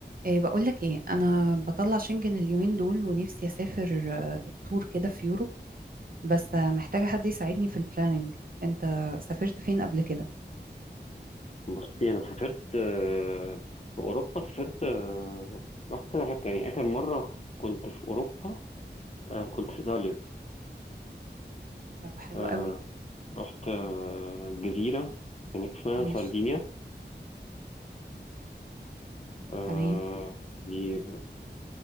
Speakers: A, on the right; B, on the left.
A: إيه بقول لك ايه انا بطلع شنجن اليومين دول ونفسي اسافر آه، تور كده في يوروب بس آه، محتاجة حد يساعدني في البلاننج انت سافرت فين قبل كده
B: بصي انا سافرت آه، في اوروبا سافرت آه، رحت كذا حته يعني اخر مره كنت في اوروبا آه، كنت في ايطاليا
A: طب حلو
B: آه،
A: قوي
B: رحت آه، جزيره هناك اسمها
A: ماشي
B: ساردينيا آه،
A: تمام
B: دي آه،